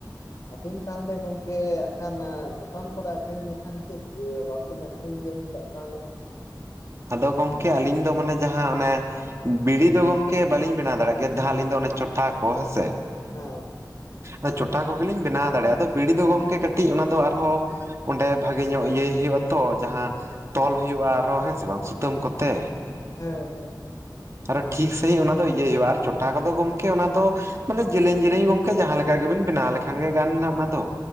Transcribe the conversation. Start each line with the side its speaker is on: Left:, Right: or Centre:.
Left: ᱟᱹᱵᱤᱱ ᱛᱟᱦᱟᱞᱮ ᱜᱚᱝᱠᱮ ᱟᱠᱷᱟᱱ ᱫᱚᱠᱟᱱ ᱠᱚᱨᱮ ᱟᱹᱠᱷᱨᱤᱧ ᱞᱮᱠᱷᱟᱱ ᱪᱮᱫᱽ ᱵᱟᱵᱤᱱ ᱟ ᱠᱦᱨᱥᱤᱧ ᱜᱮᱭᱟ ᱪᱮᱫᱟᱜ ᱛᱟᱦᱚᱞᱮ᱾
Right: ᱟᱫᱚ ᱜᱚᱢᱠᱮ ᱟᱹᱞᱤᱧ ᱫᱚ ᱢᱟᱱᱮ ᱡᱟᱦᱟᱸ ᱚᱱᱮ, ᱵᱤᱲᱤ ᱫᱚ ᱜᱚᱝᱠᱮ ᱵᱟᱹᱞᱤᱧ ᱵᱮᱱᱟᱣ ᱫᱟᱲᱮᱭᱟᱜ ᱜᱮᱭᱟ ᱡᱟᱦᱟᱸ ᱟᱹᱞᱤᱧ ᱫᱚ ᱚᱱᱮ ᱪᱚᱴᱷᱟ ᱠᱚ ᱦᱮᱸᱥᱮ᱾
Left: ᱦᱮᱸ
Right: ᱟᱫᱚ ᱪᱚᱴᱷᱟ ᱠᱚᱜᱮᱞᱤᱧ ᱵᱮᱱᱟᱣ ᱫᱟᱲᱮᱭᱟᱜᱼᱟ ᱟᱫᱚ ᱵᱤᱲᱤ ᱫᱚ ᱜᱚᱝᱠᱮ ᱠᱟᱹᱴᱤᱡᱽ ᱚᱱᱟ ᱫᱚ ᱟᱨᱦᱚᱸ, ᱚᱸᱰᱮ ᱵᱷᱟᱜᱮ ᱧᱚᱜ ᱤᱭᱟᱹᱭ ᱦᱳᱭᱳᱜ ᱟᱛᱚ, ᱡᱟᱦᱟᱸ ᱛᱚᱞ ᱦᱳᱭᱳᱜᱼᱟ ᱟᱨᱦᱚᱸ ᱦᱮᱸ ᱥᱮ ᱵᱟᱝ, ᱥᱩᱛᱟᱹᱢ ᱠᱚᱛᱮ
Left: ᱦᱮᱸ, ᱦᱮᱸ
Right: ᱟᱨᱚ ᱴᱷᱤᱠ ᱥᱟᱺᱦᱤᱡ ᱚᱱᱟ ᱫᱚ ᱤᱭᱟᱹᱭ ᱦᱳᱭᱳᱜᱼᱟ, ᱟᱨ ᱪᱚᱴᱷᱟ ᱠᱚᱫᱚ ᱜᱚᱝᱠᱮ ᱚᱱᱟ ᱫᱚ ᱢᱟᱱᱮ ᱡᱮᱞᱮᱧ ᱡᱮᱞᱮᱧ ᱜᱚᱝᱠᱮ ᱡᱟᱦᱟᱸ ᱞᱮᱠᱟ ᱜᱮᱵᱮᱱ ᱵᱮᱱᱟᱣ ᱞᱮᱠᱷᱟᱱ ᱜᱮ ᱜᱟᱱ ᱱᱟ ᱚᱱᱟ ᱫᱚ᱾